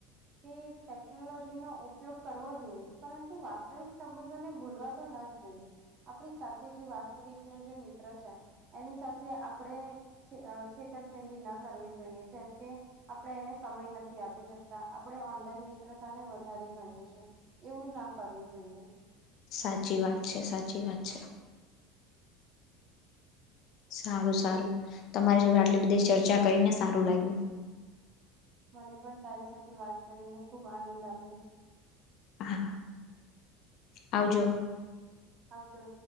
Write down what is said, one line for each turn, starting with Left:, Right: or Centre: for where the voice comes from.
Right: કે ટેકનોલોજી, નો ઉપયોગ કરવા જોઈએ પરંતુ વાસ્તવિક સંબંધોને ભૂલવા તો ન જોઈએ આપડી સાથે જે વાસ્તવિક નો જે મિત્ર છે. એની સાથે આપણે છેતરપિંડી, ના કરવી જોઈએ જેમ કે આપણે એને સમય નથી. આપ આપણે ઓનલાઈન મિત્રતાને વધારે ગણીએ છીએ એવું ના કરવું જોઈએ
Left: સાચી વાત છે સાચી વાત છે સારું સારું તમારી જોડે આટલી બધી ચર્ચા કરીને સારું લાગ્યું
Right: મને પણ તારી સાથે વાત કરીને ખુબ આનંદ આવ્યો
Left: હા આવ જોો
Right: આવજો